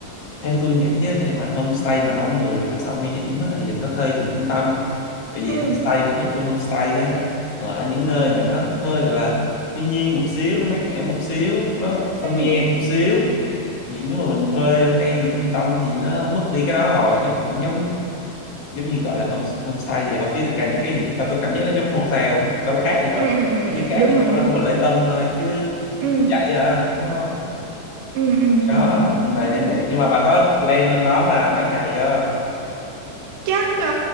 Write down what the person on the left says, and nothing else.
theo tôi nghĩ á, nếu mà homestay mà đông người không sợ nguy hiểm á, thì đừng có thuê gần trung tâm tại vì
homestay mục đích của homestay á, là ở những nơi mà nó hơi gọi là thiên nhiên một xíu nó mát mẻ một xíu nó không
gian một xíu thì nếu mà mình thuê ở ngay gần trung tâm thì nó mất đi cái đó rồi nó cũng giống giống như gọi là home, homestay vậy thôi chứ thực ra những cái gần trung tâm tôi cảm giác nó giống hotel nó đâu khác gì đâu
chỉ khác
ở
chỗ là
không
có lễ tân thôi chứ
cũng vậy à đúng không
thì đó
là
bà
đã
vậy nhưng mà bà có plan lên đó là mấy ngày chưa